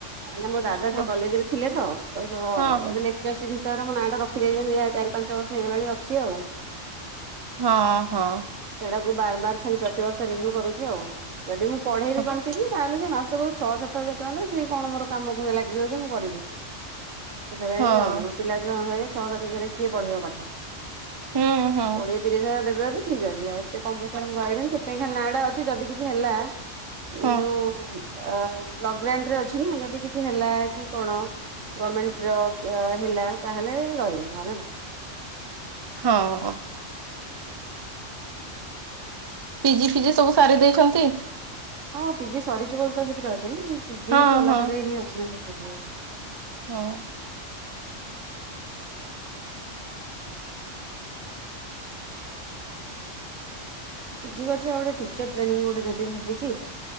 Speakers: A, on the right; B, on the right.
A: ମ ମୋ ଦାଦା
B: ହଁ
A: ସେ କଲେଜ ରେ ଥିଲେ ତ। ମାନେ
B: ହଁ
A: ଜର୍ସି ଭିସାବରେ ମୋ ନାଁ ଟ ରଖିଦେଇଛନ୍ତି ଚାରି ପାଞ୍ଚ ବର୍ଷ ହେଇଗଲାଣି ଅଛି ଆଉ।
B: ହଁ ହଁ।
A: ସେଇଟାକୁ ବାର ବାର ଖାଲି ପ୍ରତିିବର୍ଷ ରିଭିଉ କରୁଛି ଆଉ। ଯଦି ମୁଁ ପଢେଇବି
B: ହଁ
A: କଣ୍ଟିନିୁ ତାହଲେ ମାସକୁ ଛଅ ସାତ ସଏ କଣ ମୋର କାମକୁ ଲାଗିବଯେ ମୁଁ କରିବି ସେଥିପାଇଁ
B: ହଁ
A: ବି ଆଉ <unintelligible> ପିଲା ଛୁଆ ଙ୍କୁ ଛାଡିକି ଛଅ ସାତରେ କିଏ ପଢେଇ ବ ପାଠ
B: ହୁଁ ହୁଁ
A: କୋଡ଼ି <unintelligible> ଦେବେ ଯଦି ଠିକ୍ ଅଛି ଆଉ ଏତେ କମ ପଇସାରେ ମୁଁ ରହିବିନି ସେଥିାଇଁ ଖାଲି ନାଁଟା ଅଛି ଯଦି କିଛି ହେଲା।
B: ହୁଁ
A: ଏ ଯୋଉ ଲଗରେ ଅଛି ନା ଯଦି କିଛି ହେଲା କି କଣ ଗମେଣ୍ଟ ହେଲା ତାହେଲେ ରହିବି <unintelligible>
B: ହଁ। ପି ଜି ଫି ଜି ସବୁ ସାରି ଦେଇଛନ୍ତି?
A: ହଁ ପିଜି ସରିଛି ବୋଲି ତ ସେଥିରେ ଅଛି ନା, ପିଜି
B: ହଁ
A: ହିଁ କଲା
B: ହଁ
A: ପରେ ହିଁ ଅଛି ନା ସେଥି <unintelligible>
B: ହଁ।
A: କରିଛ ଗୋଟେ ଟିଚର ଟ୍ରେନିଂ ଗୋଟେ ନବି ଭାବିଛି।